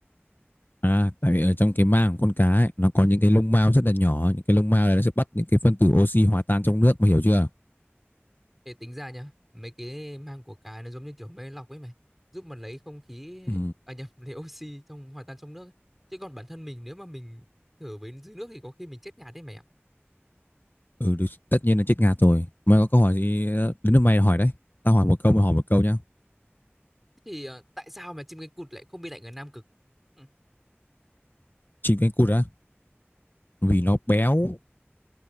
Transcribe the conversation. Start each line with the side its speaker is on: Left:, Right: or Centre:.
Left: À, tại vì ở trong cái mang của con cá ấy, nó có những cái lông mao rất là nhỏ, những cái lông mao này nó sẽ bắt những cái phân tử oxy hòa tan trong nước, mày hiểu chưa?
Centre: Để tính ra nhá, mấy cái mang của cái nó giống như kiểu máy lọc ấy mày, giúp mà lấy không khí
Left: Ừ.
Centre: à nhầm, <laughs> lấy oxy trong hòa tan trong nước ấy. Chứ còn bản thân mình nếu mà mình thở với dưới nước thì có khi mình chết ngạt đấy mày ạ.
Left: Ừ, được, tất nhiên là chết ngạt rồi. Mày có câu hỏi gì ờ, đến lượt mày hỏi đấy. Tao hỏi một câu, mày hỏi một câu nhá.
Centre: Thế Thì ờ, tại sao mà chim cánh cụt lại không bị lạnh ở Nam Cực? Ừ.
Left: Chim cánh cụt á, vì nó béo